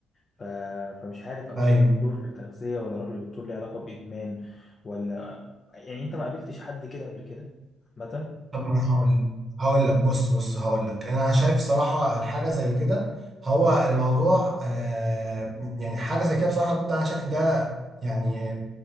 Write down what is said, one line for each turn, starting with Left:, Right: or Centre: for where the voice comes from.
Left: ف... فمش عارف اروح
Right: ايوه
Left: لدكتور تغذيه ولا اروح لدكتور ليه علاقه بادمان ولا يعني انت ما قابلتش حد كده قبل كده عامه
Right: طب ما هقول لك هقول لك بص بص هقول لك انا شايف صراحه الحاجه زي كده هو الموضوع آه يعني حاجه زي كده بصراحه بجد انا شايف ده يعني